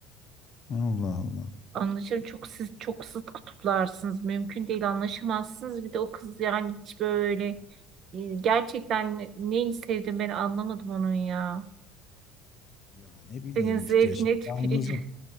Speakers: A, on the left; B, on the right.
A: Allah Allah.
B: Anlaşılır. Çok siz çok zıt kutuplarsınız. Mümkün değil anlaşamazsınız. Bir de o kız yani hiç böyle e, gerçekten ne- neyi sevdim ben anlamadım onun ya.
A: Ya ne bileyim
B: Senin zevkine
A: işte şimdi
B: tüküreyim.
A: yalnızım.
B: <laughs>